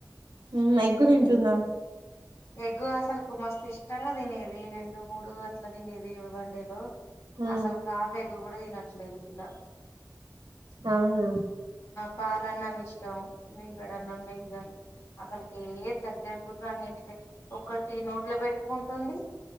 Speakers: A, on the right; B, on the left.
A: హ్మ్ ఎగ్గు తింటుంనా
B: ఎగ్గు అసలకు మస్తు ఇష్టంగా తినేది రెండు మూడు అట్ల తినేది వన్ డే లో
A: ఉమ్
B: అసలు కాఫే ఇది కూడా తీనట్లేదు పిల్ల
A: అవునా
B: పాలన్న ఇష్టం మీగడ అన్నం నెయ్యి కానీ అసలకి ఏ దగ్గరకి కూడా రానియటలే కొద్దిగా నోట్లో పెట్టుకుంటుంది